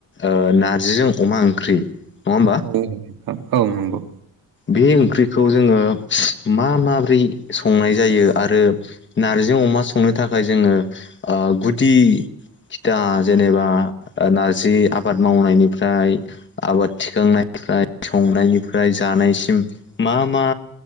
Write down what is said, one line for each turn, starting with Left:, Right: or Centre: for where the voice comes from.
Left: ओ नारजिजों अमा ओंख्रि नङा होमबा
Right: औ औ नंगौ
Left: बे ओंख्रिखौ जोङो मा माब्रै संनाय जायो आरो नार्जि अमा संनो थाखाय जोङो ओ गुदि खिथा जेनेबा नारजि आबाद मावनायनिफ्राय आबाद थिखांनायनिफ्राय संनायनिफ्राय जानायसिम मा मा